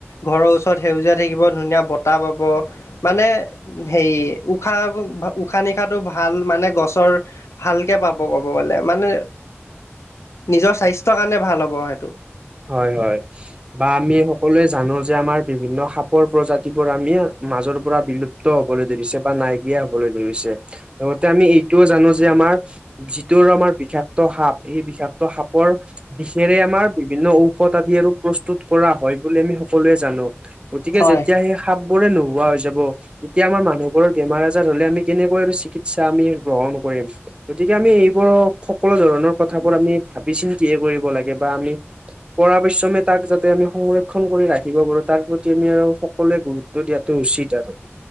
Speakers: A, on the left (about 85°); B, on the right (about 20°).
A: ঘৰৰ ওচৰত সেউজীয়া হৈ থাকিব, ধুনীয়া বতাহ পাব। মানে হেৰি, উশাহ, উশাহ নিশাহটো ভাল মানে গছৰ ভালকে পাব ক'ব গ'লে মানে, নিজৰ স্বাস্থ্যৰ কাৰণে ভাল হ'ব সেইটো।
B: হয় হয়। বা আমি সকলোৱে জানো যে, আমাৰ বিভিন্ন সাপৰ প্ৰজাতিৰ পৰা আমি মাজৰ পৰা বিলুপ লুপ্ত হ'বলৈ ধৰিছে বা নাইকিয়া হ'বলৈ ধৰিছে, লগতে আমি এইটোও জানো যে, আমাৰ যিটোৰ আমাৰ বিষাক্ত সাপ, সেই বিষাক্ত সাপৰ বিষেৰেই আমাৰ বিভিন্ন ঔষধ আদি আৰু প্ৰস্তুত কৰা হয় বুলি আমি সকলোৱেই জানো, গতিকে
A: হয়
B: যেতিয়া সেই সাপ বোৰেই নোহোৱা হৈ যাব, তেতিয়া আমাৰ মানুহ বোৰৰ বেমাৰ আজাৰ হ'লে আমি কেনেকৈ আৰু চিকিৎসা আমি গ্ৰহণ কৰিম, গতিকে আমি এইবোৰক সকলো ধৰণৰ কথাবোৰ আমি ভাবি চিন্তিহে কৰিব লাগে বা আমি পৰাপক্ষে তাক যাতে আমি সংৰক্ষণ কৰি ৰাখিব পাৰো, তাৰ প্ৰতি আমি আৰু সকলোৱে গুৰুত্ব দিয়াটো উচিত আৰু।